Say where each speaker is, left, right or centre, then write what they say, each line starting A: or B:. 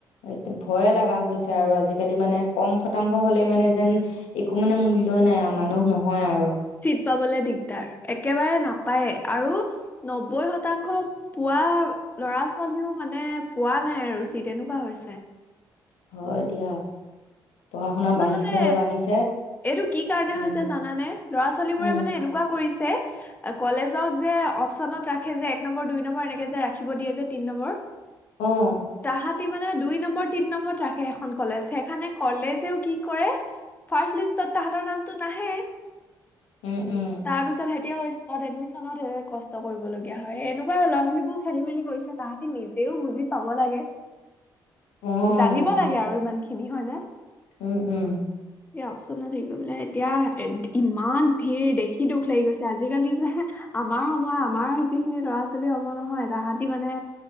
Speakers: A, on the left (about 70°); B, on the left (about 15°).
A: একদম ভয়ে লগা হৈছে আৰু আজিকালি মানে, কম শতাংশ হলেই মানে যেন একো মানে মূল্যই নাই মানুহ নহয় আৰু।
B: চিট পাবলে দিগদাৰ, একেবাৰে নাপায়েই, আৰু নব্বৈ শতাংশ পোৱা, ল'ৰা ছোৱালীও মানে পোৱা নাই আৰু চিট এনেকুৱা হৈছে।
A: হয় দিয়া। পঢ়া শুনা
B: আপুনালোকে
A: বাঢ়িছেহে বাঢ়িছে
B: এইটো কি কাৰণে
A: উম
B: হৈছে জানানে, ল'ৰা ছোৱালী
A: উম
B: বোৰে মানে এনেকুৱা কৰিছে। কলেজত যে অপচনত ৰাখে যে, এক নম্বৰ, দুই নম্বৰ এনেকে যে ৰাখিব দিয়ে যে, তিন নম্বৰ।
A: অ
B: তাহাতি মানে দুই নম্বৰ, তিন নম্বৰত ৰাখে সেখন কলেজ, সেইকাৰণে কলেজ জেও কি কৰে ফাৰ্ষ্ট লিষ্টত তাহাঁতৰ নামটো নাহে
A: উম, উম,
B: তাৰপিছত সে এতিয়াও স্পট এডমিচনত ধেৰ কষ্ট কৰিবলগীয়া হয়, এনেকুৱা ল'ৰা- ছোৱালীবোৰো খেলি মেলি কৰিছে তাহাঁতি নিজেও বুজি পাব লাগে,
A: অ',
B: জানিব
A: সেনেকুৱা,
B: লাগে আৰু ইমান খিনি হয় নে
A: উম উম।
B: এতিয়া অপচনত নাথাকিলে বোলে এতিয়া ইমান ভিৰ দেখ খি দুখ লাগি গৈছে, আজিকালি যে আমাৰ সময়ৰ আমাৰ যিখিনি ল'ৰা-ছোৱালী হব নহয়, তাহাঁতি মানে